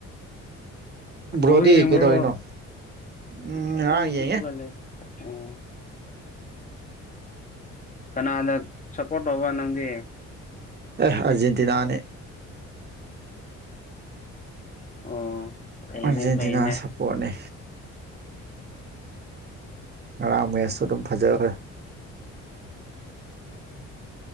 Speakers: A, on the right; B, on the left.
A: ꯕ꯭ꯔꯣꯗꯤ
B: ꯕꯧ ꯌꯦꯡꯕ꯭ꯔꯣ
A: ꯀꯩꯗꯧꯔꯤꯅꯣ ꯎꯝ
B: ꯑꯗꯨ
A: ꯉꯔꯥꯡ
B: ꯑꯗꯨꯝ
A: ꯌꯦꯡꯉꯦ
B: ꯍꯦꯛꯄꯂ ꯎꯝ ꯀꯅꯥꯅ ꯁꯄꯣꯔꯠ ꯇꯧꯕ ꯅꯪꯗꯤ
A: ꯑꯦ ꯑꯔꯖꯦꯟꯇꯤꯅꯥꯅꯦ
B: ꯑꯣ ꯐꯩꯅꯦ
A: ꯑꯔꯖꯦꯟꯇꯤꯅꯥ
B: ꯐꯩꯅꯦ
A: ꯁ ꯄꯣꯠꯅꯤ ꯉꯔꯥꯡ ꯃꯦꯠꯁꯁꯨ ꯑꯗꯨꯝ ꯐꯖꯕ